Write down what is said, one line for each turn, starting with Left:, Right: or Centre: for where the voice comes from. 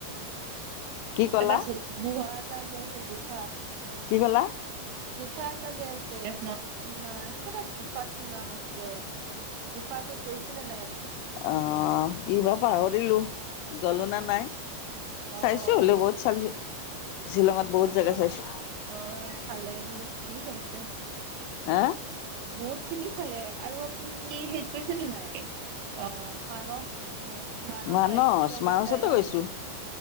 Left: কি ক'লা?
Right: এটা চো গুহাত। তাত যে আছে গুহা।
Left: কি ক'লা
Right: গুফা এটা যে আছে। মৌচিমা কিবা এটা গোফাত টো নাম আছিলে গুফাত টো গৈছিলে নাই। আপুনি?
Left: অ হ কি বা পাহৰিলো গলো নে নাই।
Right: অ',
Left: চাইছো হ'লেও বহুত চালো। শ্বিলঙত বহুত জেগা চাইছো।
Right: আহ চালে বহুতখিনি চাইছে।
Left: হা।
Right: বহুত খিনি চালে আৰু আপুনি হেৰি কৰিছেনে নাই অ মানস। উম,
Left: মানস
Right: ৰাষ্ট্ৰীয়
Left: মানচতো
Right: উদ্যায়ন
Left: গৈছো